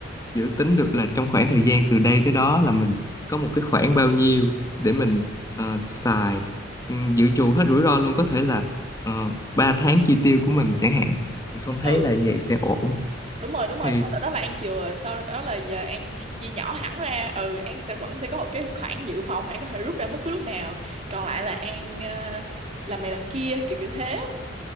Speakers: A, on the left; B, on the right.
A: dự tính được là trong khoảng thời gian từ đây tới đó là mình có một cái khoản bao nhiêu để mình ờ, xài ừ, dự trù hết rủi ro luôn có thể là uh, 3 tháng chi tiêu của mình chẳng hạn thì Phong thấy
B: ừ
A: là như vậy sẽ ổn
B: đúng rồi đúng rồi
A: thì
B: sau đó là An chừa rồi sau đó là giờ An chia, chia nhỏ hẳn ra ừ An sẽ vẫn sẽ có một cái khoản dự phòng mà An có thể rút ra bất cứ lúc nào còn lại là An ờ, làm này làm kia kiểu kiểu thế